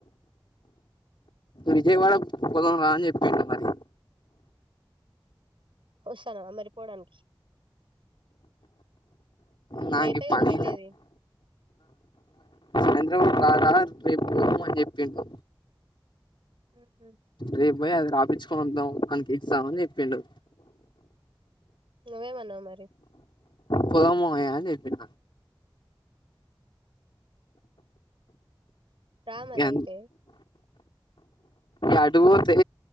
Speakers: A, on the left; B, on the right.
A: విజయవాడకు పోదాంరా అని చెప్పిండు మరి
B: వస్తానవా మరి పోడానికి
A: నాకీ
B: రేపే
A: పనీ
B: కదా వెళ్ళేది
A: చంద్ర <unintelligible> అని చెప్పిండు
B: ఉహు,
A: రేప్ పోయి అది రాపిచుకొనొదం ఆనికి ఎగ్జామ్ అని చెప్పిండు.
B: నువ్వేమన్నవ్ మరి
A: పోదాం మామయ్య అని చెప్పిన
B: రా మరైతే
A: ఇగ అటు పోతే